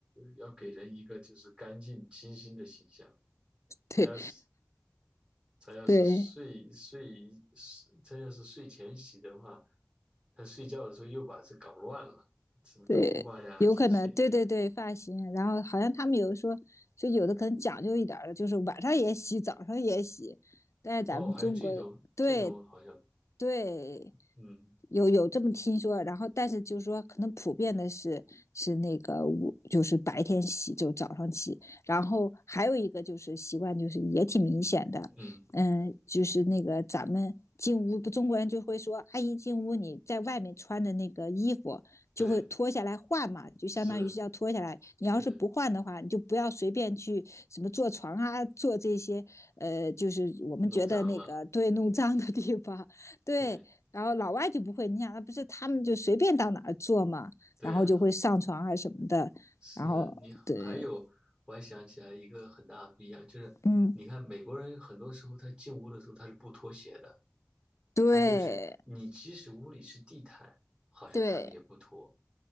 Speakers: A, on the right; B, on the left.
A: 要给人一个就是干净清新的形象，
B: 对
A: 他要是他要是睡睡睡，
B: 对，
A: 是他要是睡前洗的话，他睡觉的时候又把这搞乱了，什么头发呀这些。
B: 对，有可能，对对对，发型。然后好像他们有的说，就有的可能讲究一点儿的，就是晚上也洗，早上也洗。但是咱们中国，
A: 哦，还有这种这种好像，
B: 对对，
A: 嗯
B: 有有这么听说，然后但是就是说，可能普遍的是是那个就是白天洗，就早上起。然后还有一个就是习惯，就是也挺明显的，
A: 嗯，
B: 嗯，就是那个咱们进屋，不中国人就会说，阿姨进屋你在外面穿的那个衣服就会脱下来换嘛，
A: 对，
B: 就相当于是要脱下来。
A: 是，
B: 你要是不换的话，
A: 嗯，
B: 你就不要随便去什么坐床啊，坐这些呃，就是我们觉得那个对弄脏的地方，
A: 弄脏了，
B: <laughs> 对。
A: 对
B: 然后老外就不会，你想，那不是他们就随便到哪儿坐嘛，
A: 对啊，
B: 然后就会上床啊什么的，
A: 是你还有，
B: 然后对，
A: 我还想起来一个很大的不一样，就是你看美国人很多时候他进屋的时候他是不脱鞋的，
B: 嗯，对
A: 他就是你即使屋里是地毯，好像他们也不脱。
B: 对